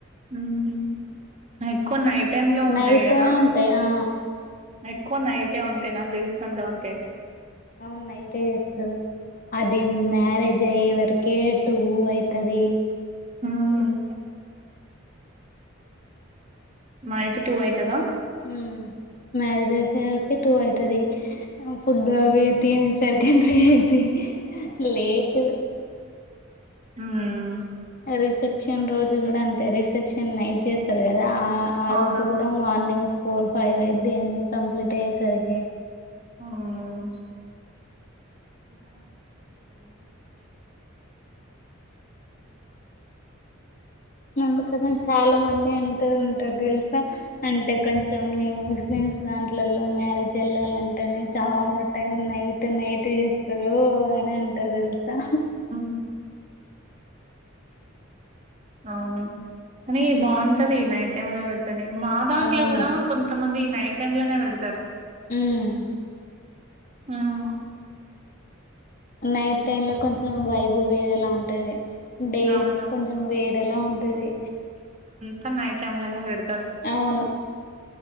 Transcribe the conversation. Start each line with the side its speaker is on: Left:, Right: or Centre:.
Right: హుమ్మ్ ఎక్కువ నైట్ టైమ్ లో ఉంటాయి
Left: నైటే
Right: కదా
Left: ఉంటాయి ఆ
Right: ఎక్కువ నైటె ఉంటాయి నాకు తెలిసినంతవరకు
Left: అవును
Right: అయితే
Left: అవును నైటే చేస్తారు అది మ్యారేజ్ అయ్యే వరకే టూ అయితది
Right: హమ్ నైట్ టూ అయితథ
Left: ఉ మ్యారేజ్ చేసేవరకి టూ అయితది ఫుడ్ అవి తినే సరికి త్రీ అయితే లేట్
Right: హమ్
Left: రిసెప్షన్ రోజు కూడా అంతే రిసెప్షన్ నైట్ చేస్తారు కదా ఆ ఆ
Right: అవును
Left: రోజు కూడా మార్నింగ్ ఫోర్ ఫైవ్ అయిది అన్ని కంప్లీట్ అయ్యేసరికి
Right: అమ్మో <unintelligible> అ <inaudible>
Left: అందుకు చాలా మంది అంటూ ఉంటారు తెలుసా అంటే కొంచం న్స్ దాంట్లలో మ్యారేజ్ ఎల్లల అంటేనే
Right: ఉమ్ ఉమ్
Left: చాలా టైం నైట్ నైట్ చేస్తారు అని అంటారు తెలుసా
Right: అ అవును కానీ బాగుంటది నైట్ టైంలో మీద పెడితే అట్టనే మా దాంట్లో
Left: అవును
Right: కూడా కొంతమంది నైట్ టైమ్ లోనే పెడతారు.
Left: ఉమ్
Right: ఉమ్
Left: నైట్ టైం లో కొంచెం వైబ్ వేరేలా ఉంటది. డే
Right: అవును
Left: కొంచెం వేరేలా ఉంటది.
Right: కాని నైట్ టైమ్ లోనే పెడతారు
Left: అవును